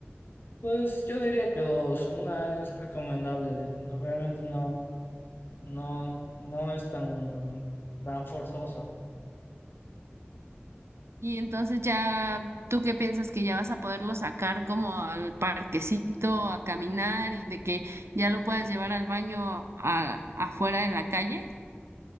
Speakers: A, on the left; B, on the right.
A: pues yo diría que dos. Una es recomendable, realmente no. No, no es tan, tan forzosa.
B: y entonces ya, ¿tú qué piensas que ya vas a poderlo sacar como al parquecito a caminar y de que ya lo puedas llevar al baño a- afuera en la calle?